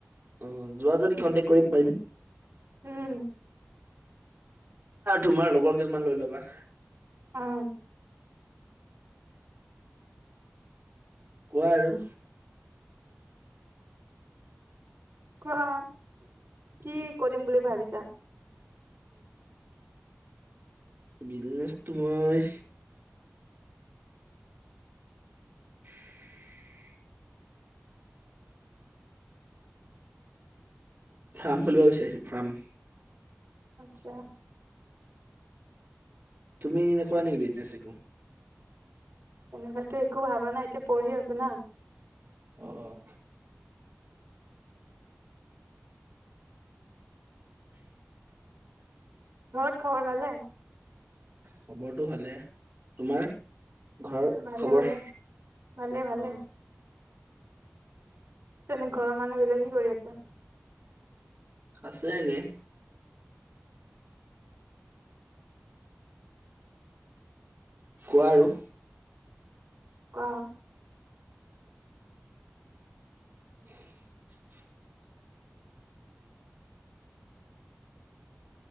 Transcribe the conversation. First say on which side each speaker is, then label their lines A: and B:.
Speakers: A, on the right (about 55°); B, on the right (about 75°).
A: অ' যোৱা যদি কন্টেক্ট কৰিব পাৰিম।
B: উম।
A: তোমাৰ লগৰ কেইজনমান লৈ ল'বা।
B: অ'।
A: কোৱা আৰু
B: কোৱা কি কৰিম বুলি ভাবিছা।
A: বিজনেচ তো মই। <unintelligible> ফাৰ্ম খুলিব বিচাৰিছো ফাৰ্ম।
B: আচ্ছা।
A: তুমি এনে কৰা নেকি বিজনেচ একো।
B: তেনেকুৱাতো একো ভাবা নাই এতিয়া পঢ়ি আছো না।
A: অ'।
B: ঘৰত খবৰ ভালনে?
A: খবৰটো ভালে তোমাৰ। ঘৰৰ
B: ভালে
A: খবৰ
B: ভালে ভালে ভালে
A: অহ।
B: তেনে ঘৰৰ মানুহ বিলাক কি কৰি আছে।
A: আছে এনে। কোৱা আৰু।
B: কোৱা।
A: <unintelligible>